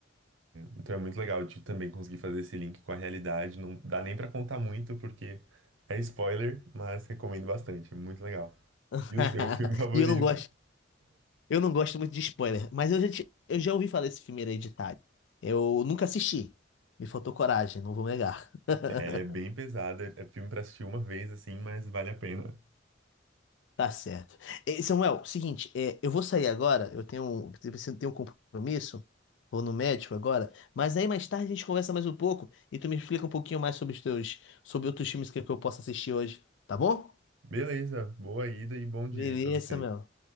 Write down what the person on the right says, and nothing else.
Então é muito legal de também conseguir fazer esse link com a realidade. Não dá nem pra contar muito, porque é spoiler, mas recomendo bastante. É muito legal.
E o seu filme <laughs> favorito?
É, ele é bem pesado. É filme pra assistir uma vez, assim, mas vale a pena.
Beleza. Boa ida e bom dia
aí pra você.